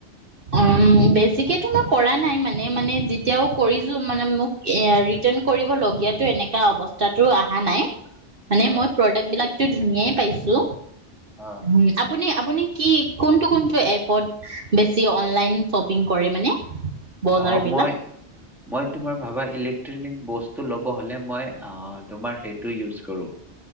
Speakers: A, on the right; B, in the centre.
A: উম বেছিকে তো মই কৰা নাই মানে মানে যেতিয়াও কৰি। মোৰ মানে মোক এই ৰিটান কৰিবলগীয়া অবস্তাটো অহা নাই। মানে
B: অ
A: মই প্ৰদাৰ্গ বিলাক টো ধুনীয়াই পাইছো
B: অ
A: উম আপুনি? আপুনি কি কোনটো কোনটো এপত বেছি অনলাইন শ্বপিং কৰে মানে? বজাৰ
B: অ
A: বিলাক
B: মই মই তোমাৰ ভাবা ইলেক্ট্ৰন ইলেকট্ৰনিক ল'ব হ'লে মই ক তোমাৰ সেইটো ইউচ কৰো।